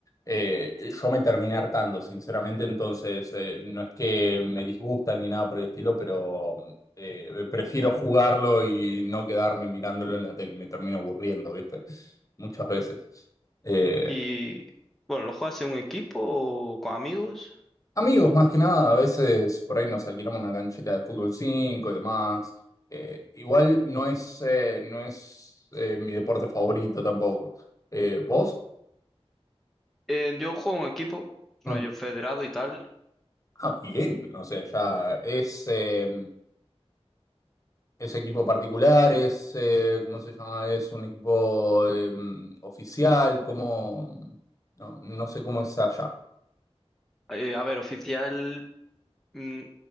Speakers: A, on the left; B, in the centre.
A: Eh, eh, yo me terminé hartando, sinceramente, entonces eh, no es que me disgusta ni nada por el estilo, pero mm, eh, prefiero jugarlo y no quedarme mirándolo en la tele, me termino aburriendo, ¿viste? Muchas veces. Eh,
B: Y bueno, ¿lo juegas en un equipo o con amigos?
A: Amigos, más que nada, a veces por ahí nos alquilamos una canchita de fútbol cinco, y demás. Eh, igual no es, eh, no es eh, mi deporte favorito tampoco. Eh, ¿vos?
B: Eh, yo juego en un equipo, rollo
A: Mm.
B: federado y tal.
A: Ah, bien. O sea, ya es, eh, es equipo particular, es, eh, ¿cómo se llama? Es un equipo eh, oficial, como... No, no sé cómo es allá.
B: Eh, a ver, oficial, mm,